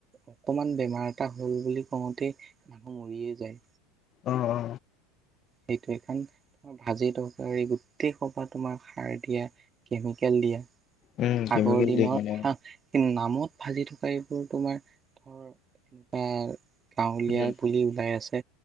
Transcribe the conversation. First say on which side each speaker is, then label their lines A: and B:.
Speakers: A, on the right; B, on the left.
A: অকমান বেমাৰ এটা হ'ল বুলি কওঁতেই মানুহ মৰিয়েই যায়।
B: অ অ।
A: সেইটোৱে খন অ ভাজি তৰকাৰী গোটেই সপাহ তোমাৰ সাৰ দিয়া কেমিকেল দিয়া
B: উম, কেমিকেল
A: আগৰ দিনৰ
B: দিয়ে কাৰণে।
A: হা কিন্তু নামত ভাজি থকা এইবোৰ তোমাৰ ধৰ তেনকুৱা গাঁৱলীয়া
B: উম,
A: বুলি ওলাই আছে